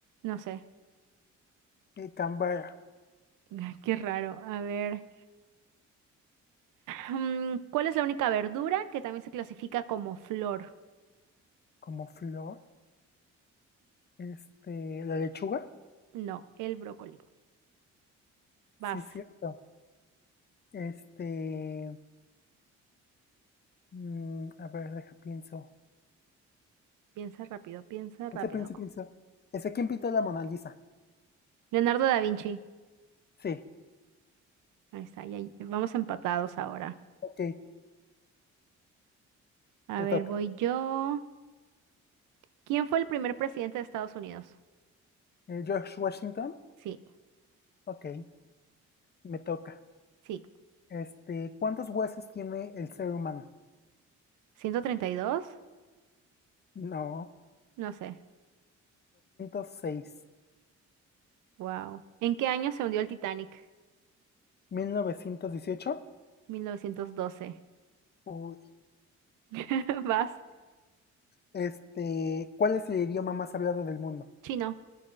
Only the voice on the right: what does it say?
No sé.
Ay, Qué raro. A ver. Mm, ¿Cuál es la única verdura que también se clasifica como flor?
No, el brócoli. Vas.
Piensa rápido, piensa rápido.
Leonardo da Vinci.
Ahí está, ya vamos empatados ahora.
A
ver,
voy yo. ¿Quién fue el primer presidente de Estados Unidos?
Sí,
sí.
132.
No sé.
Wow. ¿En qué año se hundió el Titanic?
1912.
<laughs> Vas.
Chino.